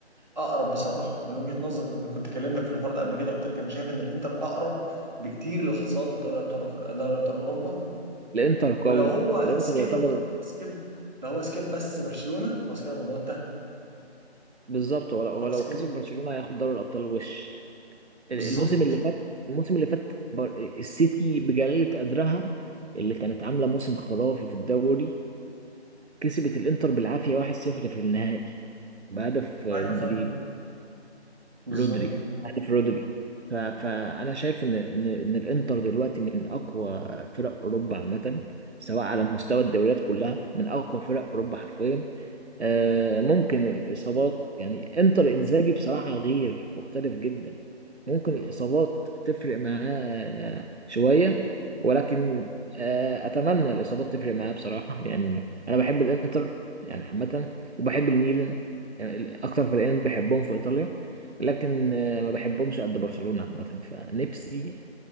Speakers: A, on the right (about 40°); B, on the right (about 75°).
A: اقرب بصراحه من وجهه نظري وانا كنت كلمتك في الحوار ده قبل كده قلت لك انا شايف ان الانتر اقرب بكتير لحصاد دوري ابطال أفر- دوري ابطال اوروبا
B: الانتر
A: ولو
B: قوي
A: هو
B: الانتر
A: سكيب
B: يعتبر
A: سكيب لو هو سكيب بس برشلونه خلاص كده الموضوع انتهى
B: بالظبط هو لو هو
A: خلاص
B: لو
A: كده
B: كسب برشلونه هياخد دوري الابطال وش
A: بالظبط
B: الموسم اللي فات الموسم اللي فات بر- السيتي بجلالة قدرها اللي كانت عاملة موسم خرافي في الدوري كسبت الانتر بالعافية 1-0 في النهائي بهدف رودريجو
A: ايوه فاهم بالظبط
B: رودري عارف رودري ف... فانا شايف ان ان ان الانتر دلوقتي من اقوى فرق اوروبا عامه سواء على مستوى الدوريات كلها من اقوى فرق اوروبا حرفيا آه، ممكن الاصابات يعني انتر انزاجي بصراحه غير مختلف جدا ممكن الاصابات تفرق معاه آه، شويه ولكن آه، اتمنى الاصابات تفرق معاه بصراحه يعني انا بحب الانتر يعني عامه وبحب الميلان يعني اكتر فريقين بحبهم في ايطاليا لكن آه، ما بحبهمش قد برشلونة عامة فنفسي